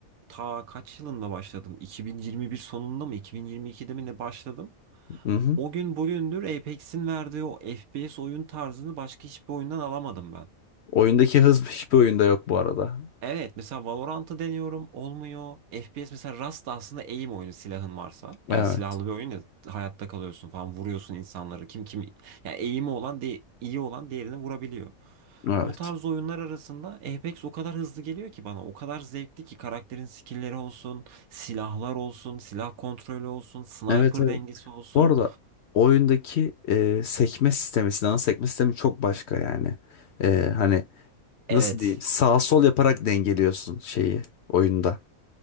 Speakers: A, on the right; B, on the left.
A: Ta kaç yılında başladım? 2021 sonunda mı? 2022'de mi ne başladım?
B: Hı-hı.
A: O gün bugündür Apex'in verdiği o FPS oyun tarzını başka hiçbir oyundan alamadım ben.
B: Oyundaki hız hiçbir oyunda yok bu arada.
A: Evet mesela Valorant'ı deniyorum olmuyor. FPS mesela Rust da aslında aim oyunu silahın varsa. Yani
B: Evet.
A: silahlı bir oyun ya hayatta kalıyorsun falan vuruyorsun insanları. Kim kim yani aim'i olan di- iyi olan diğerini vurabiliyor.
B: Evet.
A: O tarz oyunlar arasında Apex o kadar hızlı geliyor ki bana. O kadar zevkli ki karakterin skill'leri olsun, silahlar olsun, silah kontrolü olsun, sniper
B: Evet evet.
A: dengesi olsun.
B: Bu arada oyundaki e, sekme sistemi, silahın sekme sistemi çok başka yani. E, hani
A: Evet.
B: nasıl diyeyim? Sağ sol yaparak dengeliyorsun şeyi oyunda.